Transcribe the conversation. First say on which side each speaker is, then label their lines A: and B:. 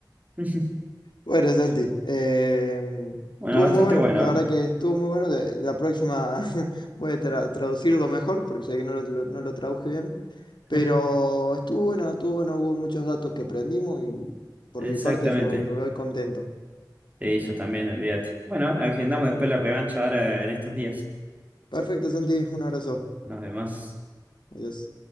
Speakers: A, on the right (about 20°); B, on the left (about 75°).
A: <laughs>
B: Bueno, Santi, em,
A: Bueno,
B: estuvo
A: bastante
B: muy bueno,
A: bueno,
B: la verdad que estuvo muy bueno. de- la próxima <laughs> voy a tra- traducirlo mejor porque sé que no lo, lo- no lo traduje bien, pero
A: ¿eh?
B: estuvo bueno, estuvo bueno, hubo muchos datos que aprendimos y por
A: <laughs> Exactamente.
B: mi parte yo me voy contento.
A: Sí, yo también, olvídate. Bueno, agendamos después la revancha ahora en estos días.
B: Perfecto, Santi, un abrazo.
A: Nos vemos.
B: Adiós.